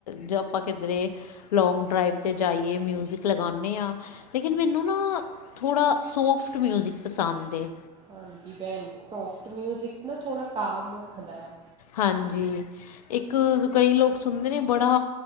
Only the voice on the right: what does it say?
ਹਾਂਜੀ ਭੈਣ ਸੋਫਟ ਮਿਊਜਿਕ ਨਾ ਥੋੜਾ ਕਾਮ ਰੱਖਦਾ ਆ।